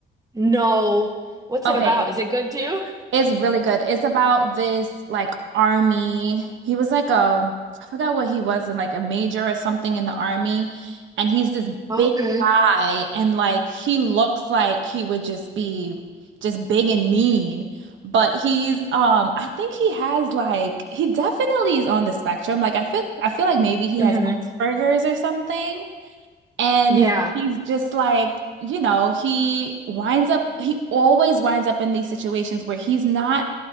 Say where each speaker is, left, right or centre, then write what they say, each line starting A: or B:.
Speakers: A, on the right (about 20°); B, on the right (about 75°).
A: No. What's
B: Okay,
A: it about? Is it good too?
B: It's really good. It's about this like army. He was like a, I forgot what he was in, like a major or something in the army. And he's this
A: Okay.
B: big guy and like he looks like he would just be just big and mean. But he's um I think he has like he definitely is on the spectrum. Like I feel I feel like maybe he
A: hmm
B: has Asperger's or something. And
A: Yeah.
B: he's just like, you know, he winds up, he always winds up in these situations where he's not